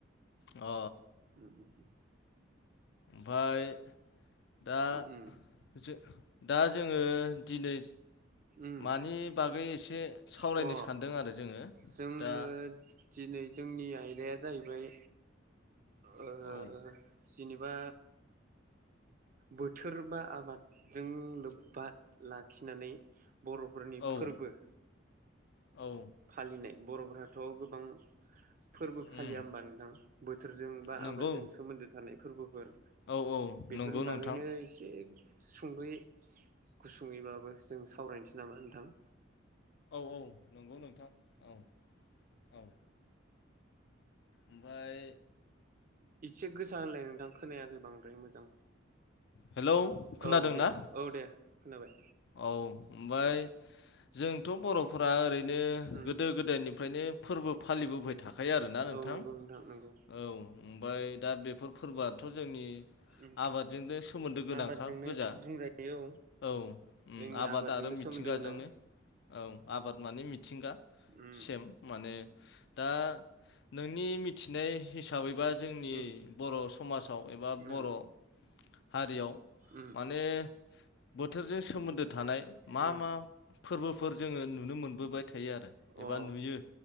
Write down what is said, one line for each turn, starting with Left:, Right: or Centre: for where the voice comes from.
Left: अ
Right: उम उम उम
Left: ओमफाय दा
Right: उम
Left: जो दा जोङो दिनै
Right: उम
Left: मानि बागै एसे सावरायनो
Right: अ
Left: सानदों आरो जोङो
Right: जोङो
Left: दा
Right: दिनै जोंनि आयदाया जाहैबाय ओ
Left: औ
Right: जिनेबा बोथोर बा आबादजों लोब्बा लाखिनानै बर'फोरनि
Left: औ
Right: फोरबो
Left: औ
Right: फालिनाय बर'फोराथ' गोबां फोरबो
Left: उम
Right: फालिया होमबा नोंथां थोरजों बा
Left: नंगौ
Right: आबादजों सोमोन्दो थानाय फोरबोफोर
Left: औ औ
Right: बेफोरनि
Left: नंगौ
Right: बागैनो
Left: नोंथां
Right: इसे सुंदयै गुसुङै बाबो जों सावरायनोसै नामा नोंथां
Left: औ औ नंगौ नोंथां औ औ ओमफाय
Right: इसे गोसा होनलाय नोंथां खोनायाखै बांद्राय मोज जां
Left: हेलौ खोनादोंना
Right: औ दे औ दे खोनाबाय
Left: औ ओमफाय
Right: उम
Left: जोंथ' बर'फोरा ओरैनो
Right: उम
Left: गोदो गोदायनि फ्रायनो फोरबो फालिबोबाय थाखायो आरोना नोंथां
Right: औ नंगौ नंगौ
Left: औ बाय दा बेफोर फोरबोआथ' जोंनि
Right: उम
Left: आबादजोंनो सोमोन्दो गोनांखा
Right: आबादजोंनो
Left: गोजा
Right: बुंजायो
Left: औ उम
Right: जोंनि
Left: आबाद
Right: आबादजोंनो
Left: आरो मिथिंगाजोंनो
Right: सोमोन्दो गोनां।
Left: औ आबाद माने मिथिंगा
Right: उम
Left: सेम माने दा नोंनि मिथिनाय हिसाबै एबा जोंनि
Right: उम
Left: बर' समाजाव एबा
Right: उम
Left: बर' हारियाव
Right: उम
Left: माने बोथोरजों सोमोन्दो थानाय मा
Right: उम
Left: मा फोरबोफोर जोङो नुनो मोनबोबाय। थायो आरो
Right: अ
Left: एबा नुयो